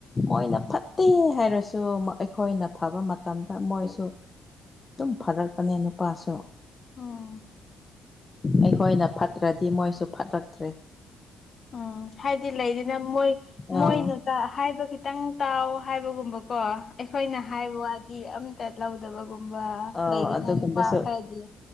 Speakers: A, on the left; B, on the left.
A: ꯃꯣꯏꯅ ꯐꯠꯇꯦ ꯍꯥꯏꯔꯁꯨ ꯑꯩꯈꯣꯏꯅ ꯐꯕ ꯃꯇꯝꯗ ꯃꯣꯏꯁꯨ ꯑꯗꯨꯝ ꯐꯔꯛꯄꯅꯦ ꯅꯨꯄꯥꯁꯨ
B: ꯎꯝ
A: ꯑꯩꯈꯣꯏꯅ ꯐꯠꯇ꯭ꯔꯗꯤ ꯃꯣꯏꯁꯨ ꯐꯠꯔꯛꯇ꯭ꯔꯦ
B: ꯎꯝ ꯍꯥꯏꯗꯤ ꯂꯩꯗꯅ ꯃꯣꯏ ꯃꯣꯏꯅ
A: ꯑꯥ
B: ꯇꯥ ꯍꯥꯏꯕ ꯈꯤꯇꯪ ꯇꯥꯎ ꯍꯥꯏꯕꯒꯨꯝꯕꯀꯣ ꯑꯩꯈꯣꯏꯅ ꯍꯥꯏꯕ ꯋꯥꯗꯤ ꯑꯝ ꯇꯥ ꯂꯧꯗꯕꯒꯨꯝꯕ
A: ꯑꯥ
B: ꯂꯩꯗꯅ
A: ꯑꯗꯨꯒꯨꯝꯕꯁꯨ
B: ꯅꯨꯄꯥ ꯈꯔꯗꯤ